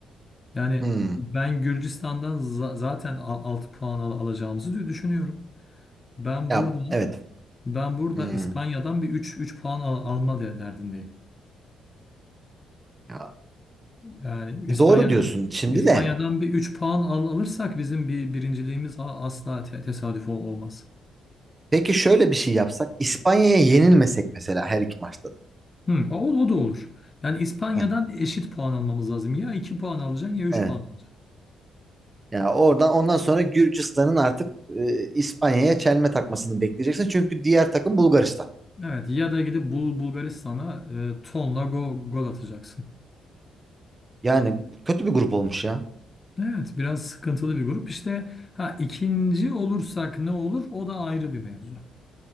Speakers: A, on the left; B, on the right.
A: Yani
B: Hmm.
A: ben Gürcistan'dan za- zaten 6 puan al- alacağımızı dü- düşünüyorum. Ben
B: Ya
A: burada
B: evet.
A: ben burada
B: Hmm.
A: İspanya'dan bir üç 3 puan al alma de- derdindeyim.
B: Ya,
A: Yani İspanya'dan
B: doğru diyorsun. Şimdi
A: İspanya'dan
B: de
A: bir 3 puan al, alırsak bizim bir birinciliğimiz a- asla te- tesadüf ol- olmaz.
B: peki şöyle bir şey yapsak. İspanya'ya yenilmesek mesela her iki maçta da.
A: Hı, o, o da olur. Yani İspanya'dan
B: Heh,
A: eşit puan almamız lazım. Ya 2 puan alacaksın ya 3
B: Evet.
A: puan alacaksın.
B: Yani oradan ondan sonra Gürcistan'ın artık e, İspanya'ya çelme takmasını bekleyeceksin. Çünkü diğer takım Bulgaristan.
A: Evet ya da gidip Bul Bulgaristan'a e, tonla go- gol atacaksın.
B: Yani kötü bir grup olmuş ya.
A: Evet biraz sıkıntılı bir grup. İşte ha ikinci olursak ne olur o da ayrı bir mevzu.